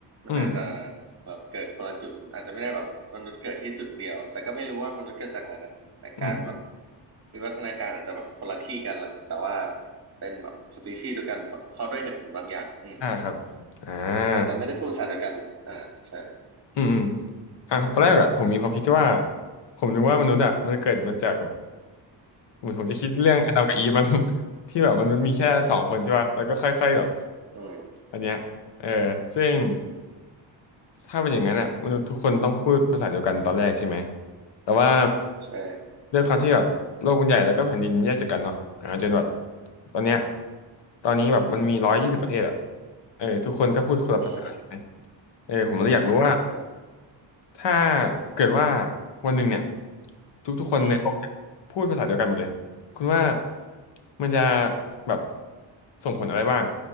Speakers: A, on the right; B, on the left.
A: มันอาจจะ
B: อืม
A: แบบเกิดคนละจุดอาจจะไม่ได้แบบมนุษย์เกิดที่จุดเดียวแต่ก็ไม่รู้ว่ามนุษย์เกิดจากอะไรนะแต่การแบบ
B: อืม
A: วิวัฒนาการอาจจะแบบคนละที่กันละแต่ว่าเป็นแบบสปีชีส์เดียวกันเพราะเพราะด้วยเหตุผลบางอย่างอืม
B: อ่าครับอ่า
A: อาจจะไม่ได้พูดภาษาเดียวกันอ่าใช่
B: อืมอืมอ่าตอนแรกอะผมมีความคิดที่ว่าผมนึกว่ามนุษย์อะมันเกิดมันจากแบบเหมือนผมจะคิดเรื่องอาดัมกับอีฟมั้ง
A: อืม
B: <laughs> ที่แบบมนุษย์มีแค่สองคนใช่ป่ะแล้วก็ค่อยๆแบบ
A: อืม
B: อันเนี้ยเออซึ่ง ถ้าเป็นอย่างนั้นอ่ะมนุษย์ทุกคนต้องพูดภาษาเดียวกันตอนแรกใช่ไหมแต่ว่า
A: ใช่
B: ด้วยความที่แบบโลกมันใหญ่แล้วก็แผ่นดินแยกจากกันเนาะอ่าจนแบบตอนเนี้ยตอนนี้แบบมันมีร้อยยี่สิบประเทศอ่ะเออทุกคนก็พูดคนละภาษาใช่ไหม
A: อืม
B: เออผมเลยอยากรู้ว่า
A: ใช่ใช่
B: ถ้าเกิดว่าวันหนึ่งเนี่ยทุกๆคนในโลกเนี่ยพูดภาษาเดียวกันหมดเลยคุณว่า
A: อืม
B: มันจะแบบส่งผลอะไรบ้าง